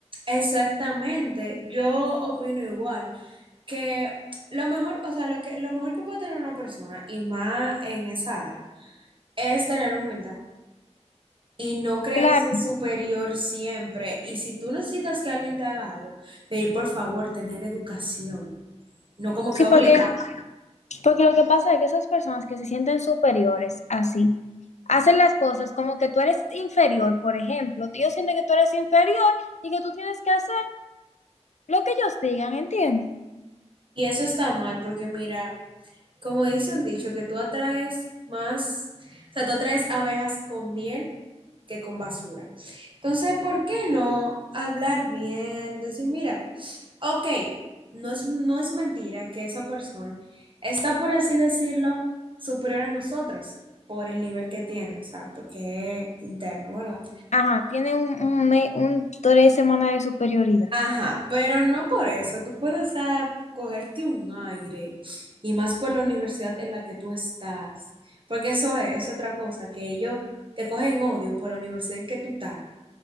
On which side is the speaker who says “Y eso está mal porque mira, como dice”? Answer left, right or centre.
Right